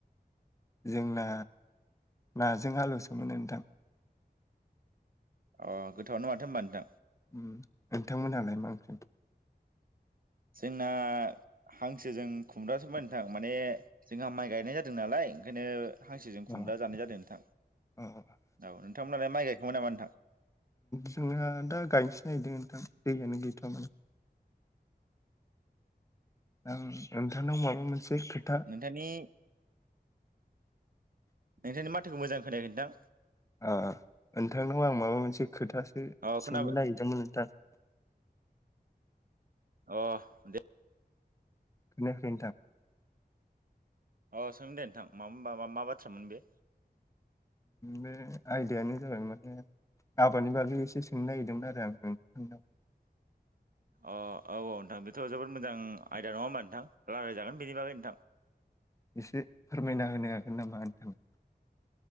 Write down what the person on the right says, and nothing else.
अ गोथावानो माथो होनबा नोंथां
जोंना हांसो जों खुमब्रासोमोन नोंथां माने जोंहा माइ गायनाय जादों नालाय ओंखायनो हांसोजों
खुमब्रा जानाय जादों नोंथां
औ नोंथांमोनालाय माइ गायखांबाय नामा नोंथां।
नोंथांनि नोंथांनि माथोखौ मोजां खोनायाखै नोंथां।
अ खोनाबाय
अ दे
औ सों दे नोंथां मा मा बाथ्रामोन बे।
अ औ औ नोंथां बेथ' जोबोद मोजां आयदा नङा होमबा नोंथां रायज्लायजागोन बेनि बागै नोंथां।